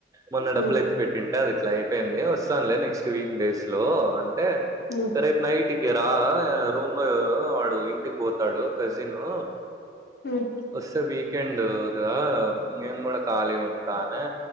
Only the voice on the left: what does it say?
హ్మ్
హ్మ్
హ్మ్